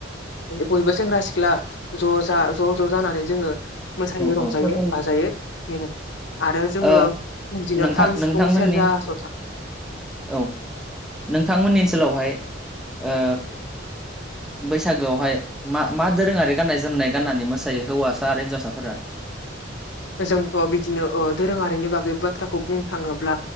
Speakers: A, on the left (about 70°); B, in the centre.
A: बयबो सेंग्रा सिख्ला ज' जा ज' ज' जानानै जोंङो मोसायो
B: औ
A: रंजायो
B: औ
A: बाजायो बेनो आरो जोंङो
B: ओ
A: बिदिनो
B: नोंथां
A: खाम
B: नोंथांमोननि
A: सिफुं सेरजा ज'था
B: औ नोंथांमोननि ओनसोलावहाय ओ बैसागोआवहाय मा मा दोरोंङारि गाननाय जोमनाय गाननानै मोसायो हौवासा आरो हिनजावसा फोरा?
A: जोंथ' बिदिनो ओ दोरोङारिनि बागै बाथ्राखौ बुंनो थाङोब्ला